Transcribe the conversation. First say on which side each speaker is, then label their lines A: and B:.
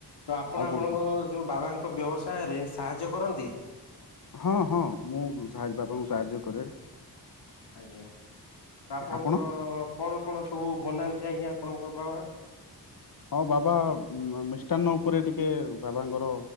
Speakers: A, on the left (about 80°); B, on the left (about 55°).
A: ତ ଆପଣ
B: ଆଉ କଣ
A: ଆପଣଙ୍କ!
B: କୁହ?
A: ଯୋଉ ବାବାଙ୍କ ବ୍ୟବସାୟରେ ସାହାଯ୍ୟ କରନ୍ତି?
B: ହଁ, ହଁ, ମୁଁ ସା ବାପାଙ୍କୁ ସାହାଯ୍ୟ କରେ।
A: ଆଜ୍ଞା, ତ ଆପଣଙ୍କର
B: ଆପଣ?
A: କଣ? କଣ ସବୁ ବନାନ୍ତି, ଆଜ୍ଞା ଆପଣଙ୍କ ବାବା?
B: ହଁ, ବାବା ମିଷ୍ଟାନ୍ନ ଉପରେ ଟିକେ ବାବାଙ୍କର